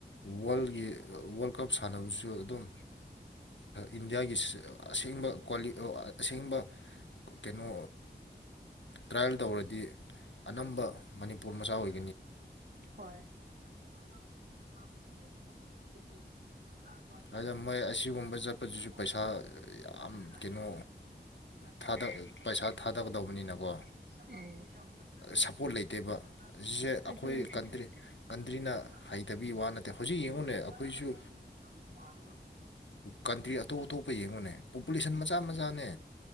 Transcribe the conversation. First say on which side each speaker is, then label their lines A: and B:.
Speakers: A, on the left (about 85°); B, on the right (about 60°).
A: ꯋꯥꯔꯜꯒꯤ ꯋꯥꯔꯜ ꯀꯞ ꯁꯥꯟꯅꯕꯁꯨ ꯑꯗꯨꯝ ꯏꯟꯗꯤꯌꯥꯒꯤ ꯑꯁꯦꯡꯕ ꯀ꯭ꯋꯩꯂꯤ ꯑꯁꯦꯡꯕ ꯀꯩꯅꯣ ꯇ꯭ꯔꯥꯏꯌꯦꯜ ꯇꯧꯔꯗꯤ ꯑꯅꯝꯕ ꯃꯅꯤꯄꯨꯔ ꯃꯆꯥ ꯑꯣꯏ
B: ꯍꯣꯏ ꯄꯤꯁꯛ ꯄꯤꯛꯏꯕ ꯑꯉꯥꯡ ꯃꯆꯥ ꯄꯤꯁꯛ ꯄꯤꯁꯛ ꯄꯤꯛꯄ ꯍꯧꯖꯤꯛ ꯌꯨꯝꯗ <unintelligible> ꯀꯂꯥꯁ ꯋꯥꯟ ꯇꯨ
A: ꯑꯗꯨꯅ
B: ꯊꯔꯤ
A: ꯃꯣꯏ
B: ꯐꯣꯔ ꯐꯥꯏꯞ
A: ꯑꯁꯤꯒꯨꯝꯕ
B: ꯀꯤ ꯑꯉꯥꯡꯐꯥꯎꯗ
A: ꯆꯠꯄꯁꯤꯁꯨ
B: ꯂꯣꯏꯅ ꯋꯥꯈꯜ
A: ꯄꯩꯁꯥ
B: ꯂꯩꯅꯥ ꯅꯥꯔꯦ
A: ꯌꯥꯝ
B: ꯍꯣꯏ ꯍꯣꯏ
A: ꯀꯩꯅꯣ ꯊꯥꯗ ꯄꯩꯁꯥ ꯊꯥꯗꯒꯗꯧꯕꯅꯤꯅꯀꯣ
B: <unintelligible>
A: ꯁꯞꯄꯣꯔꯠ ꯂꯩꯇꯦꯕ
B: ꯎꯝ
A: ꯑꯁꯤꯁꯦ
B: ꯀꯩꯁꯨ
A: ꯑꯩꯈꯣꯏ
B: ꯂꯩꯇꯦ
A: ꯀꯟꯇ꯭ꯔꯤ
B: ꯑꯗꯨꯅ
A: ꯀꯟꯇ꯭ꯔꯤꯅ
B: ꯄꯔꯤꯈꯥꯒꯤ
A: ꯍꯩꯇꯕꯤ
B: ꯀꯣꯏꯁꯟꯗꯨ
A: ꯋꯥ ꯅꯠꯇꯦ ꯍꯧꯖꯤꯛ ꯌꯦꯡꯉꯨꯅꯦ
B: ꯆꯞ
A: ꯑꯩꯈꯣꯏꯁꯨ
B: ꯆꯥꯅ ꯍꯪꯉꯛꯑꯕꯅꯤꯅ ꯃꯗꯨ ꯄꯥ
A: ꯀꯟꯇ꯭ꯔꯤ ꯑꯇꯣꯞ ꯑꯇꯣꯞꯄ ꯌꯦꯡꯉꯨꯅꯦ ꯄꯣꯄꯨꯂꯦꯁꯟ ꯃꯆꯥ ꯃꯆꯥꯅꯦ